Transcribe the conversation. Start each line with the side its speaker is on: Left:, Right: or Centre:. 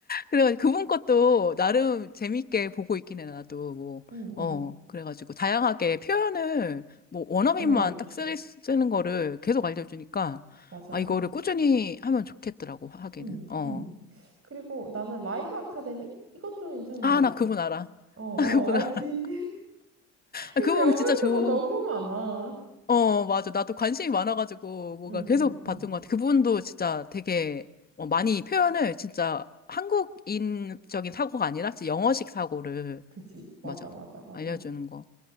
Left: 그래가지고 그분 것도 나름 재밌게 보고 있긴 해, 나도. 뭐,
Right: 응응
Left: 어, 그래가지고 다양하게 표현을 뭐 원어민만
Right: 많이 알려주시오
Left: 딱 쓰, 쓰는 거를 계속 알려주니까
Right: 맞아
Left: 아, 이거를 꾸준히 하면 좋겠더라고, 하기는.
Right: 응
Left: 어.
Right: 응 그리고 나는 라이브 아카데미 이것도 괜찮은
Left: 아,
Right: 것 같아
Left: 나 그분 알아.
Right: 어 어
Left: <laughs> 나 그분
Right: 알지
Left: 알아.
Right: 그래서
Left: 아, 그분
Right: 영어
Left: 진짜
Right: 유튜버
Left: 좋,
Right: 너무 많아.
Left: 어, 맞아. 나도 관심이 많아가지고 뭐가
Right: 응,
Left: 계속
Right: 응,
Left: 봤던
Right: 응.
Left: 것 같아. 그분도 진짜 되게 어, 많이 표현을 진짜 한국인적인 사고가 아니라 진짜 영어식 사고를
Right: 그지? 맞아,
Left: 맞아.
Right: 맞아, 맞아.
Left: 알려주는 거.